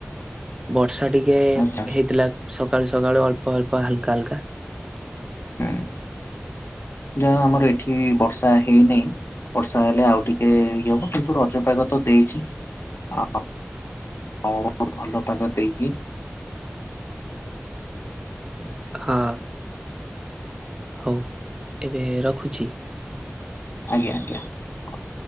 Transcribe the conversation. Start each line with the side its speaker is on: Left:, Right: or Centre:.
Right: ବର୍ଷା ଟିକେ
Left: ଆଚ୍ଛା
Right: ହେଇଥିଲା ସକାଳୁ ସକାଳୁ ଅଳ୍ପ ଅଳ୍ପ ହାଲକା ହାଲକା।
Left: ହୁଁ। ଯାହା ହଉ ଆମର ଏଠି ବର୍ଷା ହେଇ ନାଇଁ। ବର୍ଷା ହେଲେ ଆଉ ଟିକେ ଇଏ ହବ କିନ୍ତୁ ରଜ ପାଗ ତ ଦେଇଚି। <unintelligible> ବୋହୁତ ଭଲ ପାଗ ଦେଇଚି।
Right: ହଁ। ହଉ ଏବେ ରଖୁଛି।
Left: ଆଜ୍ଞା ଆଜ୍ଞା ରଖନ୍ତୁ।